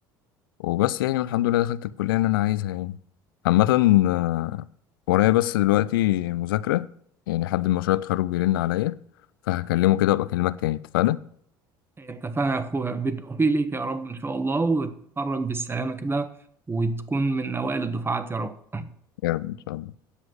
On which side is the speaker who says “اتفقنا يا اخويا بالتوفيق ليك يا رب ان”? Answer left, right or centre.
Right